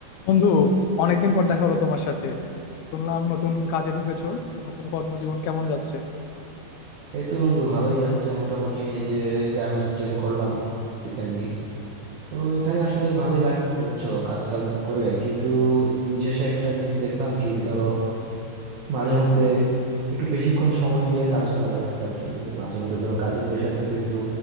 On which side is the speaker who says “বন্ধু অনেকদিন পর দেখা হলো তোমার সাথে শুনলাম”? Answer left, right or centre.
Left